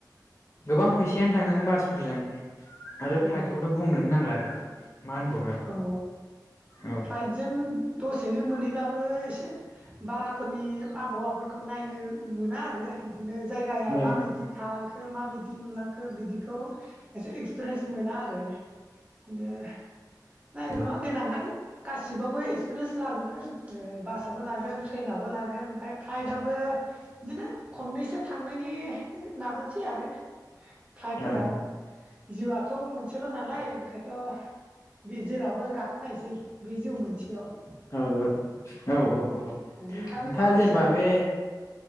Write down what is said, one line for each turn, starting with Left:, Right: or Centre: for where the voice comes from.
Left: गोबां फै यानो थाङोमोन बासफोरजों आरो
Right: औ
Left: फ्लाइटखौथ' बुंनोनो नांला आरो मा होनबावनो
Right: औ
Left: औ
Right: फ्लाइटजों दसेनो मोनहैबाबो एसे बाराफोरनि आबहावाफोरखौ नायनो मोना आरो बिदिनो जायगाया
Left: ओं
Right: माबायदि
Left: औ
Right: थालांखो माबायदि नुलांखो बिदि बेखौ एसे एक्सपिरियेन्स मोना आरो बिदिनो नायगौ
Left: ओं
Right: नङा देनांहाय गासिबाबो ए रेस लाजोबगोन। ओ बासावबो लागोन ट्रेनावबो लागोन ओमफाय <unintelligible> बो बिदिनो खननैसो थांनायनि नाजानोसै आरो फ्लाइटफोराव
Left: ओं ओं
Right: जिउआथ' मोनसेल' नालाय ओंखाय थ' बे जेरावबो गाखोनायसै बे जिउ मोनसेयाव
Left: ओ ओ औ औ
Right: नोंथाङालाय
Left: नोंथा
Right: माबायदि
Left: जेनेबा
Right: सानो
Left: बे